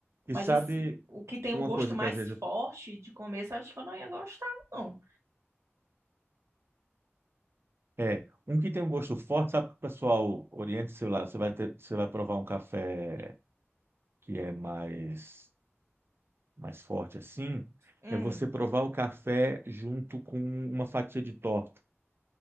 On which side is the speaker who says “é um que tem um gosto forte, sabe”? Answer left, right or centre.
Right